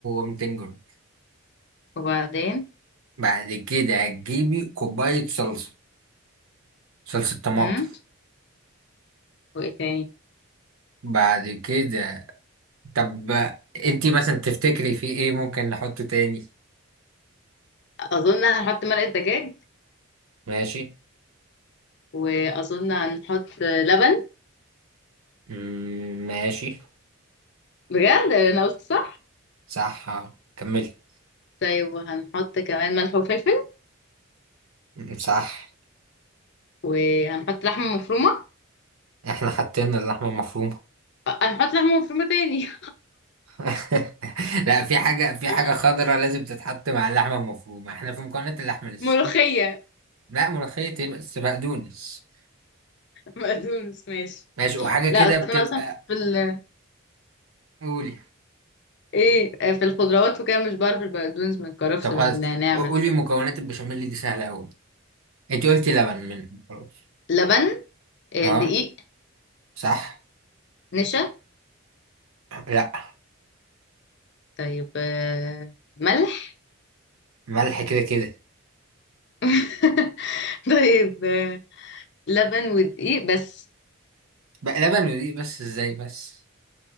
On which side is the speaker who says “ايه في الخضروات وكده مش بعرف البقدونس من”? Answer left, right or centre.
Left